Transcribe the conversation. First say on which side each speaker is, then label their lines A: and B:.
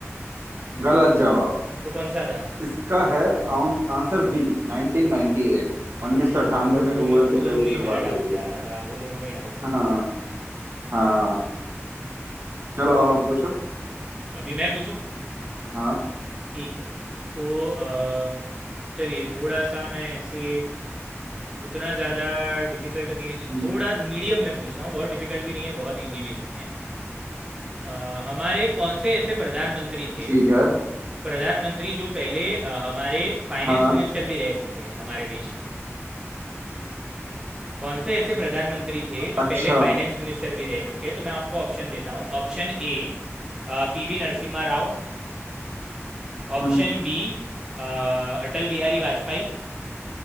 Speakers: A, on the right (about 50°); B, on the right (about 15°).
A: गलत जवाब
B: तो कौन सा था
A: इसका है आउन- आंसर बी 1998
B: हाँ
A: उन्नीस
B: यार
A: सौ अट्ठानवे
B: वो दोनों
A: में गूगल
B: में वो
A: की
B: दोनों
A: पहली
B: में ही
A: शुरुआत
B: मेरा
A: हुई
B: डाउट
A: थी
B: जा रहा था वो दोनों में ही डाउट जा
A: हाँ
B: रहा था
A: हाँ चलो अब आप पूछो
B: अभी मैं पूछूं
A: हाँ
B: ठीक है तो अ, चलिए थोड़ा सा मैं ऐसे उतना ज़्यादा डिफिकल्ट नहीं है
A: हम्म,
B: थोड़ा मीडियम में पूछता हूँ बहुत डिफिकल्ट भी नहीं है बहुत इजी भी नहीं है अ, हमारे कौन से ऐसे प्रधानमंत्री थे
A: ठीक है
B: प्रधानमंत्री जो पहले अ, हमारे फाइनेंस
A: हाँ
B: मिनिस्टर भी रह चुके हैं हमारे देश के कौन से ऐसे प्रधानमंत्री थे जो
A: अच्छा
B: पहले फाइनेंस मिनिस्टर भी रह चुके हैं तो मैं आपको ऑप्शन देता हूँ Option A P V Narasimha Rao option
A: हम्म,
B: B Atal Bihari Vajpayee